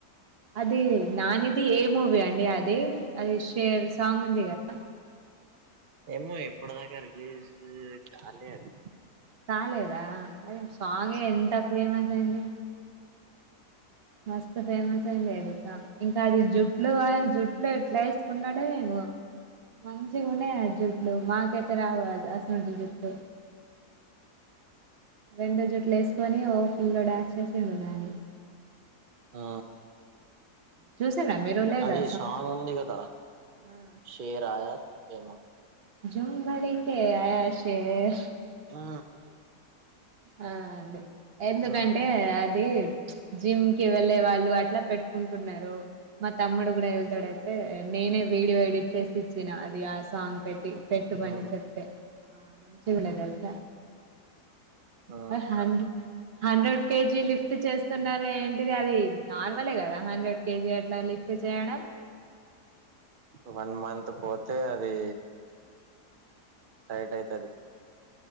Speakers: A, on the right; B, on the right.
A: అది నానిది ఏ మూవీ అండి అది అది షేర్ సాంగ్ ఉంది కదా
B: ఏమో ఇప్పటి దాకా రిలీజ్ కాలే అది
A: కాలేదా అదే సాంగ్ ఎంత ఫేమస్ అయింది అది మస్త్ ఫేమస్ అయింది తెలుస ఇంకా అది జుట్లు జుట్లు ఎట్లా వేసుకున్నాడే ఏమో మంచిగ ఉన్నాయి ఆ జుట్లు మాకయితే రావు అసువంటి జుట్లు రెండు జుట్లు వేసుకొని ఓ ఫుల్ గా డ్యాన్స్ చేసిండు నాని
B: ఆ
A: చూసిండ్రా మీరు లేదా
B: అది సాంగ్ ఉంది కదా
A: సాంగ్
B: షేర్యా ఏమో
A: జంబలికే షేర్
B: ఆ
A: ఆ అదే ఎందుకంటే
B: ఆ
A: అది జిమ్ కి వెళ్ళలే వాళ్ళు అట్లా పెట్టుకుంటున్నారు మా తమ్ముడు కూడా వెళ్తాడు అంటే నేనే వీడియో ఎడిట్ చేసి ఇచ్చిన అది ఆ సాంగ్ పెట్టి పెట్టీ పెట్టమని
B: ఆ.
A: చెప్ప మంచిగా ఉండు తెలుసా
B: ఆ
A: హండ హండ్రెడ్ కేజీ లిఫ్ట్ చేస్తున్నారే ఏంటి ది అది నార్మలే కదా హండ్రెడ్ కేజీ అట్లా లిఫ్ట్ చేయడం
B: వన్ మంత్ పోతే అది టైట్ అయితది